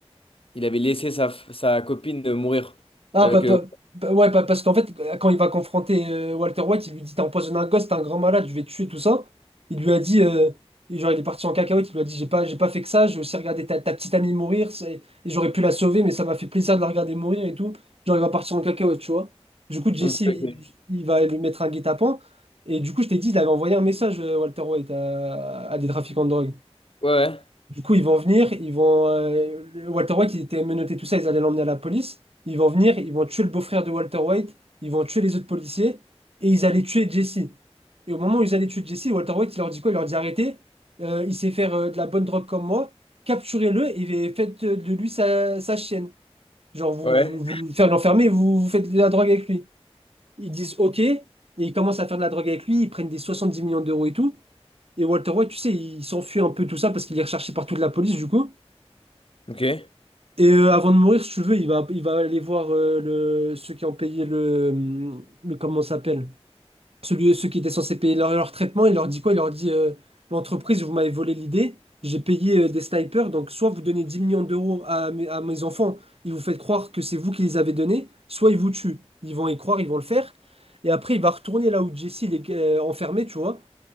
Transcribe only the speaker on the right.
Ah,
pa-
pa- pa- ouais, pa- parce qu'en fait, quand il va confronter euh, Walter White, il lui dit, t'as empoisonné un gosse, t'es un grand malade, je vais te tuer, tout ça. Il lui a dit, euh, et genre, il est parti en cacahuète, il lui a dit, j'ai pas, j'ai pas fait que ça, j'ai aussi regardé ta, ta petite amie mourir, c'est- et j'aurais pu la sauver, mais ça m'a fait plaisir de la regarder mourir et tout. Genre, il va partir en cacahuète, tu vois. Du coup, Jesse,
il,
il va lui mettre un guet-apens. Et du coup, je t'ai dit, il avait envoyé un message, euh, Walter White, à, à des trafiquants de drogue.
Du coup, ils vont venir, ils vont. euh, le- Walter White, il était menotté, tout ça, ils allaient l'emmener à la police. Ils vont venir, ils vont tuer le beau-frère de Walter White, ils vont tuer les autres policiers, et ils allaient tuer Jesse. Et au moment où ils allaient tuer Jesse, Walter White, il leur dit quoi? Il leur dit arrêtez, euh, il sait faire euh, de la bonne drogue comme moi, capturez-le et faites euh, de lui sa, sa chienne. Genre, vous,
vous, vous le faites l'enfermer, vous, vous faites de la drogue avec lui. Ils disent ok, et ils commencent à faire de la drogue avec lui, ils prennent des 70 millions d'euros et tout. Et Walter White, tu sais, il s'enfuit un peu tout ça parce qu'il est recherché partout de la police, du coup.
Et euh, avant de mourir, si tu veux, il va, il va aller voir euh, le, ceux qui ont payé le, le comment ça s'appelle, celui, ceux qui étaient censés payer leur, leur traitement. Il leur dit quoi? Il leur dit euh, l'entreprise, vous m'avez volé l'idée, j'ai payé euh, des snipers, donc soit vous donnez 10 millions d'euros à, mes à mes enfants ils vous faites croire que c'est vous qui les avez donnés, soit ils vous tuent. Ils vont y croire, ils vont le faire. Et après, il va retourner là où Jesse il est euh, enfermé, tu vois.